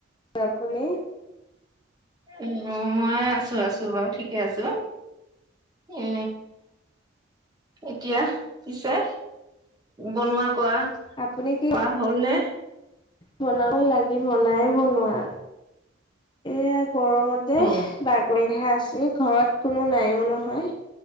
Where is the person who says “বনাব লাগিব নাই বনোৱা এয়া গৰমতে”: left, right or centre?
Left